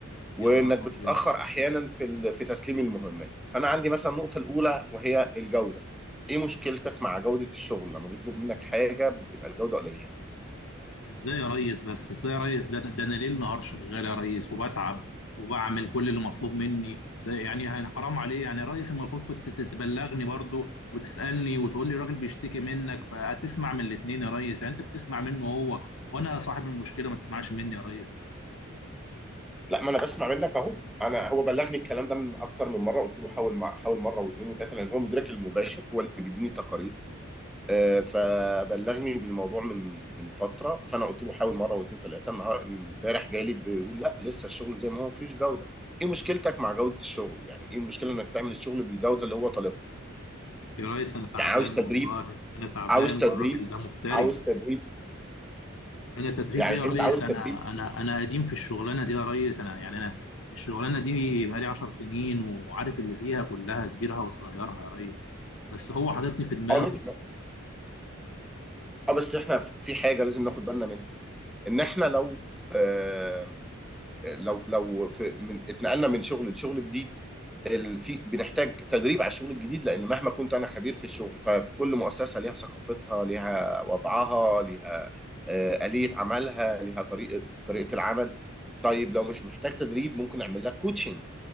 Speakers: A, in the centre; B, on the left.
A: وانك
B: يا نهار
A: بتتأخر
B: ابيض
A: احيانا في ال... في تسليم المهمات فانا عندي مثلا النقطة الاولى وهي الجودة ايه مشكلتك مع جودة الشغل لما بيطلب منك حاجة بتبقى الجودة قليلة
B: ازاي يا ريس بس ازاي يا ريس ده ده انا ليل نهار شغال يا ريس وبتعب وبعمل كل اللي مطلوب مني ده يعني يعني حرام عليه يعني يا ريس المفروض كنت تبلغني برضو وتسالني وتقول لي الراجل بيشتكي منك فهتسمع من الاثنين يا ريس يعني انت بتسمع منه هو وانا صاحب المشكله ما تسمعش مني يا ريس
A: لا ما انا بسمع منك اهو انا هو بلغني الكلام ده من اكتر من مره قلت له حاول مع حاول مره واثنين وثلاثه لان هو مديرك المباشر هو اللي بيديني التقارير آه، فبلغني بالموضوع من من فتره فانا قلت له حاول مره واثنين وثلاثه النهار- امبارح جالي بيقول لا لسه الشغل زي ما هو مفيش جوده ايه مشكلتك مع جوده الشغل يعني ايه المشكله انك تعمل الشغل بالجوده اللي هو طالبها
B: يا ريس انا تعبان
A: يعني عاوز تدريب
B: والله انا تعبان
A: عاوز تدريب
B: والراجل ده مفتري
A: عاوز تدريب
B: انا تدريب
A: يعني
B: ايه يا ريس
A: انت عاوز
B: انا
A: تدريب
B: انا انا قديم في الشغلانه دي يا ريس انا يعني انا الشغلانه دي بقالي 10 سنين وعارف اللي فيها كلها كبيرها وصغيرها يا ريس بس هو حاططني في دماغه
A: اه اه بس احنا في حاجه لازم ناخد بالنا منها ان احنا لو آه، لو لو في من اتنقلنا من شغل لشغل جديد ال- في بنحتاج تدريب على الشغل الجديد لان مهما كنت انا خبير في الشغل ففي كل مؤسسه ليها ثقافتها ليها وضعها ليها آه، آلية عملها ليها طريقه طريقه العمل طيب لو مش محتاج تدريب ممكن اعمل لك كوتشنج